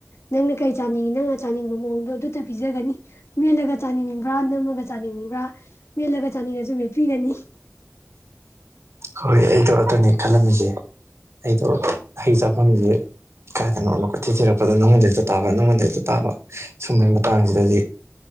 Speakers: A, on the left (about 80°); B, on the right (about 80°).
A: ꯅꯪꯅ ꯀꯩ ꯆꯥꯅꯤꯡꯉꯤ ꯅꯪꯅ ꯆꯥꯅꯤꯡꯕ ꯃꯑꯣꯡꯗꯣ ꯑꯗꯨꯇ ꯄꯤꯖꯒꯅꯤ ꯃꯦꯠꯂꯒ ꯆꯥꯅꯤꯡꯕ꯭ꯔꯥ ꯅꯝꯃꯒ ꯆꯥꯅꯤꯡꯕ꯭ꯔꯥ ꯃꯦꯠꯂꯒ ꯆꯥꯅꯤꯡꯉꯁꯨ ꯃꯦꯠꯄꯤꯒꯅꯤ
B: ꯍꯣꯏ ꯑꯩꯗꯣ ꯑꯗꯨꯅꯦ ꯈꯜꯂꯝꯃꯤꯁꯦ ꯑꯩꯗꯣ ꯍꯩ ꯆꯥꯐꯝꯁꯦ ꯀꯥꯏꯗꯅꯣꯅ ꯀꯣꯏꯊꯤ ꯊꯤꯔꯛꯄꯗ ꯅꯉꯣꯟꯗ ꯍꯦꯛꯇꯥ ꯇꯥꯕ ꯅꯉꯣꯟꯗ ꯍꯦꯛꯇꯥ ꯇꯥꯕ ꯁꯨꯝꯕꯒꯤ ꯃꯇꯥꯡꯁꯤꯗꯗꯤ